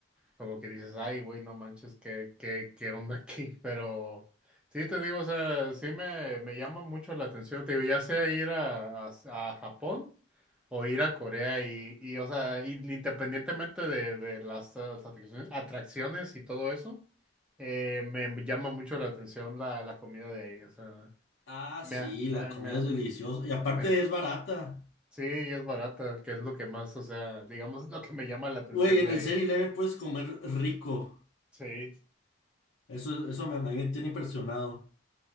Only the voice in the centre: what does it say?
como que dices, ay, güey, no manches, ¿qué, qué, qué onda aquí? <laughs> Pero sí, te digo, o sea, sí me, me llama mucho la atención, te digo, ya sea ir a, a, a Japón o ir a Corea y, y o sea, y- independientemente de, de las ah, atracciones atracciones y todo eso, eh, me llama mucho la atención la, la comida de ahí, o sea,
me,
ha- me,
ha-
me, ha-
me-
me ha-
sí, y es barata, que es lo que más, o sea, digamos, es lo que me llama la atención
de
ahí.
Sí.